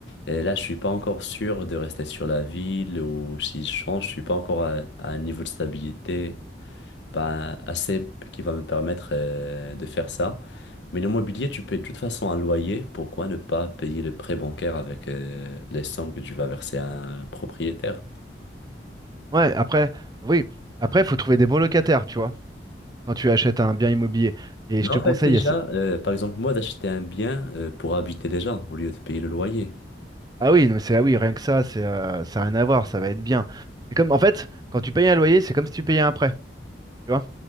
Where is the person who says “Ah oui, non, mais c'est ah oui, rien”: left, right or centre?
Right